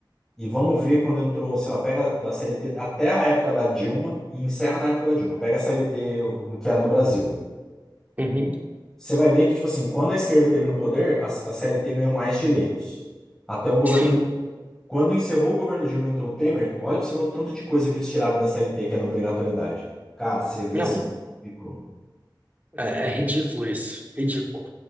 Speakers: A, in the centre; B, on the right.
A: e vamos ver quando entrou, sei lá, pega da CLT até a época da Dilma e encerra na época da Dilma. Pega a CLT o que era no Brasil.
B: Uhum,
A: Você vai ver que, tipo assim, quando a esquerda teve no poder, a a CLT ganhou mais direitos. Até o governo
B: sim.
A: Quando encerrou o governo Dilma, e entrou o Temer, olha pra você ver o tanto de coisa que eles tiraram da CLT, que era obrigatoriedade. Cara, você vê
B: Não,
A: assim. ficou.
B: é, é ridículo isso, ridículo.